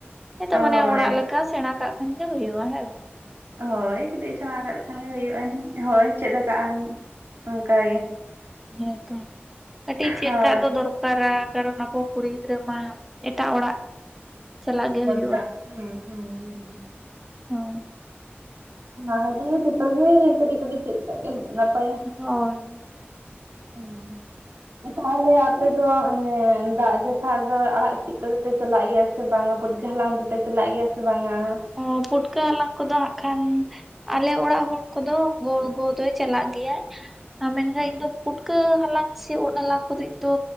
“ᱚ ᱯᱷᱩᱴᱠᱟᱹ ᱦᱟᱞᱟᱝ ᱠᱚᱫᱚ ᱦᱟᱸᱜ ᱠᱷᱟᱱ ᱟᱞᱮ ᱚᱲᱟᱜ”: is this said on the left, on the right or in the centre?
Centre